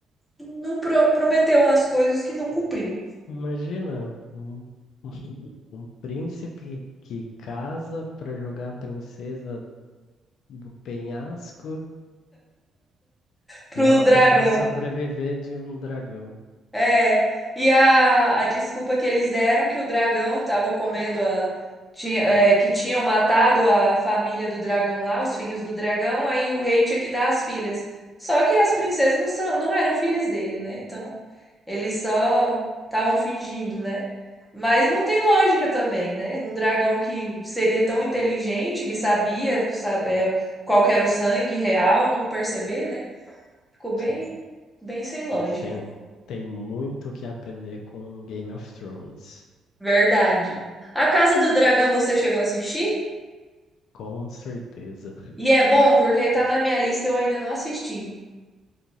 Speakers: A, in the centre; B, on the left.
A: não pro- prometeu umas coisas que não cumpriu
B: Imagina um, um príncipe que casa pra jogar a princesa do penhasco
A: pro
B: e ela
A: dragão.
B: tentar sobreviver de um dragão.
A: É, e a, a desculpa que eles deram que o dragão estava comendo a. Tinha, é, que tinham matado a família do dragão lá, os filhos do dragão, aí o rei tinha que dar as filhas. Só que as princesas não são, não eram filhas dele, né? Então, eles só estavam fingindo, né? Mas não tem lógica também, né? Um dragão que seria tão inteligente, que sabia, sa- é, qual que era o sangue real, não perceber, né? Ficou bem,
B: Sim,
A: bem sem lógica.
B: eles têm, têm muito o que aprender com Game of Thrones.
A: Verdade. A Casa do Dragão você chegou a assistir?
B: Com certeza.
A: E é bom, porque tá na minha lista e eu ainda não assisti.